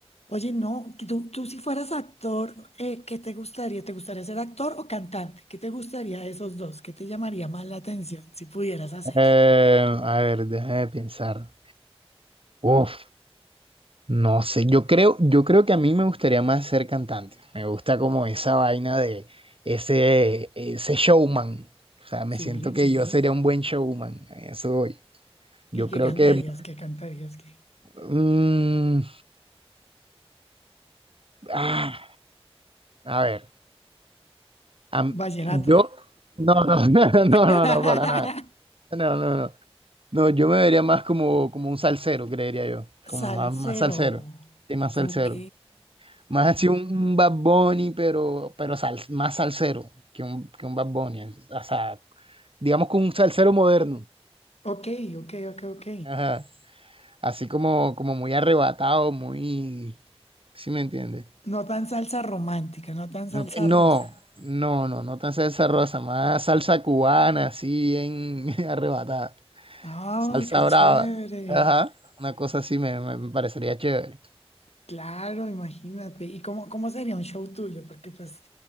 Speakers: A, on the left; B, on the right.
A: Oye, no, que tú, tú si fueras actor, eh, ¿qué te gustaría? ¿Te gustaría ser actor o cantante? ¿Qué te gustaría de esos dos? ¿Qué te llamaría más la atención si pudieras hacerlo?
B: Eh, a ver, déjame pensar. Uf, no sé. Yo creo, yo creo que a mí me gustaría más ser cantante. Me gusta como esa vaina de ese, ese showman. O sea, me
A: Sí.
B: siento que yo Sí. sería un buen showman. a Eso voy. Yo
A: ¿Y qué
B: creo
A: cantarías?
B: que.
A: ¿Qué cantarías? ¿Qué?
B: mm, ah, a ver. am-
A: Vallenato.
B: yo. No, no, <laughs> no, no,
A: <laughs>
B: no, no, para nada. No, no, no. No, yo me vería más como, como un salsero, creería yo.
A: Salsero.
B: Como más, más salsero. Sí, más salsero.
A: Ok.
B: Más así un, un Bad Bunny, pero, pero sal- más salsero que un, que un Bad Bunny. O sea, digamos que un salsero moderno.
A: Ok, ok, ok, ok.
B: Ajá. Así como, como muy arrebatado, muy... ¿Sí me entiendes?
A: No tan salsa romántica, no tan
B: No,
A: salsa
B: no,
A: rosa.
B: no, no, no tan salsa rosa, más salsa cubana, así en <laughs> arrebatada.
A: Ay,
B: Salsa
A: qué chévere.
B: brava. Ajá. Una cosa así me, me me parecería chévere.
A: Claro, imagínate. ¿Y cómo, cómo sería un show tuyo? Porque pues